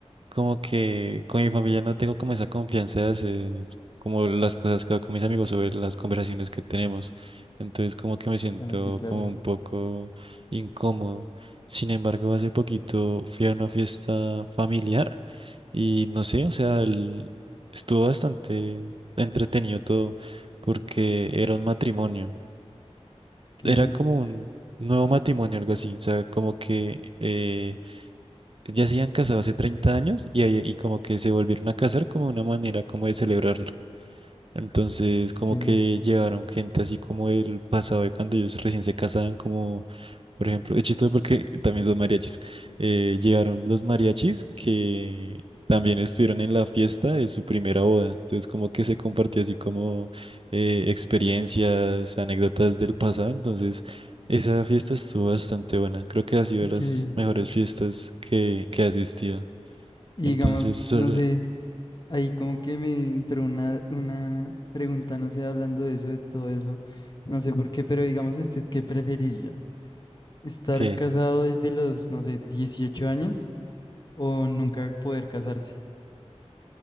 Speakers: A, on the right; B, on the left.
A: como que con mi familia no tengo como esa confianza de hacer como las cosas que hago con mis amigos sobre las conversaciones que tenemos. Entonces como que me siento
B: Bueno, sí, claro.
A: como un poco incómodo. Sin embargo, hace poquito fui a una fiesta familiar y no sé, o sea, el- estuvo bastante entretenido todo porque era un matrimonio.
B: Ok,
A: Era como un nuevo matrimonio, algo así. O sea, como que... eh, ya se habían casado hace 30 años y, ahí- y como que se volvieron a casar como una manera como de celebrar entonces, como
B: entiendo.
A: que llevaron gente así como el pasado de cuando ellos recién se casaban, como por ejemplo, es chistoso porque también son mariachis. eh, llegaron los mariachis que también estuvieron en la fiesta de su primera boda. Entonces, como que se compartió así como eh, experiencias, anécdotas del pasado. Entonces, esa fiesta estuvo bastante buena. Creo que ha sido
B: Ok.
A: de las
B: Y
A: mejores fiestas que, que he asistido.
B: digamos,
A: Entonces, sol-
B: no sé. Ahí como que me entró una, una pregunta, no sé, hablando de eso, de todo eso, no sé por qué, pero digamos, este, ¿qué preferiría? ¿Estar
A: ¿qué?
B: casado desde los, no sé, 18 años o nunca poder casarse?